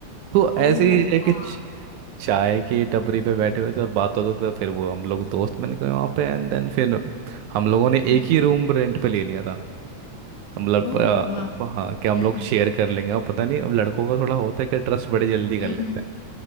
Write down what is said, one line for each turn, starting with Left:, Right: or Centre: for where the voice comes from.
Right: तो ऐसे
Left: ओ
Right: ही है कि
Left: हाँ
Right: च- चाय की टपरी पे बैठे हुए थे और बात होते थे फिर वो हम लोग दोस्त बन गए वहाँ पे एंड देन फिर हम लोगों ने एक
Left: हम्म हम्म,
Right: ही रूम रेंट पे ले लिया था मतलब
Left: ओ वाह
Right: अ, हाँ
Left: हम्म
Right: कि हम लोग
Left: हम्म
Right: शेयर कर लेंगे और पता नहीं अब लड़कों का थोड़ा होता है कि ट्रस्ट बड़े जल्दी कर
Left: हम्म
Right: लेते
Left: हम्म हम्म,